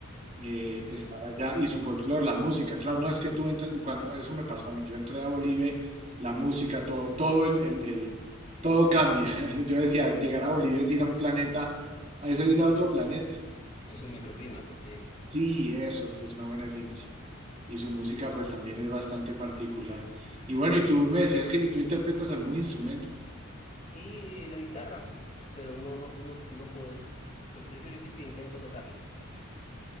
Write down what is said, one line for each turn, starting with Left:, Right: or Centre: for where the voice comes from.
Right: eh,
Left: sí,
Right: estar
Left: sí,
Right: allá y su folclore, la música. Claro, no es que tú entres, cuando eso me pasó a mí, yo entré a Bolivia y la música, todo, todo el, el- el- todo cambia. <laughs> Yo decía, llegar a Bolivia es ir a un planeta, es ir a otro planeta.
Left: es un microclima, pues sí.
Right: Sí, eso, esa es una buena definición. Y su música pues también es bastante particular. Y bueno, y tú me decías que tú interpretas algún instrumento.
Left: Y la guitarra, pero no, no, no, no puedo, eh, pre- prefiero decir que intento tocarla.